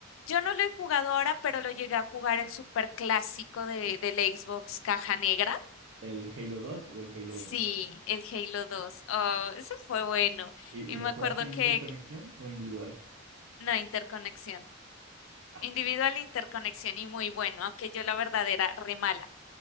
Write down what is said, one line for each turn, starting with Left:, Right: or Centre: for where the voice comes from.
Left: yo no lo he jugado ahora, pero lo llegué a jugar el super clásico de, del Xbox Caja Negra.
Right: ¿El Halo 2 o el Halo
Left: Sí,
Right: 1?
Left: el Halo 2. Oh,
Right: ¿Y,
Left: ese fue bueno.
Right: y
Left: Y me
Right: lo jugaste
Left: acuerdo
Right: en
Left: que,
Right: interconexión o individual?
Left: no, interconexión.
Right: Ah,
Left: Individual interconexión y muy bueno, aunque yo la verdad era re mala.